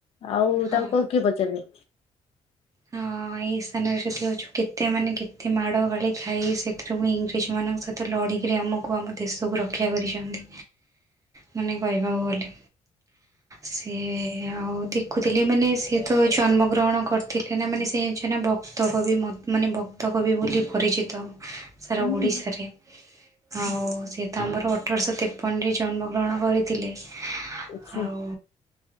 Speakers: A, on the left; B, on the right.
A: ଆଉ
B: ହଁ
A: ତାଙ୍କ କିଏ ପଚାରୁଚି।
B: ହଁ। ଏଇ ସ୍ଥାନରେ ଯଦି ଅଛୁ କେତେ ମାନେ କେତେ ମାଡ଼ ଗାଳି ଖାଇ ସେଥିରୁ ପୁଣି ଇଂରେଜ ମାନଙ୍କ ଥ ଲଢ଼ିକିରି ଆମକୁ ଆମ ଦେଶକୁ ରକ୍ଷା କରିଛନ୍ତି। ମାନେ କହିବାକୁ ଗଲେ ସିଏ ଆଉ ଦି କହୁଥିଲି ମାନେ ସିଏ ତ ଜନ୍ମଗ୍ରହଣ କ ଥିଲେ ନା ମାନେ ସେ ଯ ଭକ୍ତ କବି ମଅ ମାନେ ଭକ୍ତ କବି ବୋଲି ପରିଚିତ। ସାରା
A: ହୁଁ।
B: ଓଡ଼ିଶାରେ। ଆଉ ସିଏ ତ ଆମର ଅଠରଶହ ତେପନରେ ଜନ୍ମଗ୍ରହଣ କରିଥିଲେ।
A: ଆଚ୍ଛା
B: ଆଉ